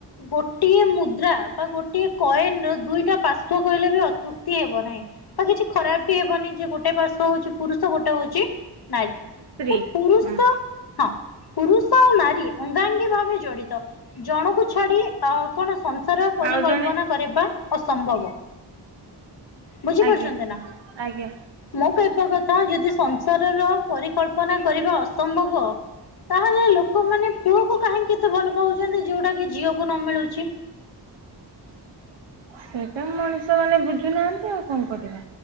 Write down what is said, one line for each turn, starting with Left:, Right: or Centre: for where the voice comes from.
Left: ଗୋଟିଏ ମୁଦ୍ରା ବା ଗୋଟିଏ କଏନ୍ ର ଦୁଇଟା ପାର୍ଶ୍ଵ କହିଲେ ବି ଅତ୍ୟୁକ୍ତି ହେବ ନାହିଁ। ଆଉ କିଛି ଖରାପ ବି ହେବନି ଯେ ଗୋଟେ ପାର୍ଶ୍ଵ ହଉଛି ପୁରୁଷ ଗୋଟେ ହଉଛି ନାରୀ
Right: ସ୍ତ୍ରୀ
Left: ତ ପୁରୁଷ
Right: ହଁ
Left: ହଁ ପୁରୁଷ ଆଉ ନାରୀ ଅଙ୍ଗାଙ୍ଗୀ ଭାବେ ଜଡିତ। ଜଣଙ୍କୁ ଛାଡି ଅ କଣ ସଂସାର ପରିକଳ୍ପନା
Right: ଆଉ ଜଣେ
Left: କରିବା ଅସମ୍ଭବ ବୁଝିପାରୁଛନ୍ତି
Right: ଆଜ୍ଞା
Left: ନା?
Right: ଆଜ୍ଞା
Left: ମୁଁ କହିବା କଥା ଯଦି ସଂସାରର ପରିକଳ୍ପନା କରିବା ଅସମ୍ଭବ ତାହେଲେ ଲୋକମାନେ ପୁଅକୁ କାହିଁକି ଏତେ ଭଲ ପାଉଛନ୍ତି ଯୋଉଟା କି ଝିଅକୁ ନ ମିଳୁଛି।
Right: ସେଇଟା ମଣିଷ ମାନେ ବୁଝୁନାହାନ୍ତି ଆଉ କଣ କରିବା।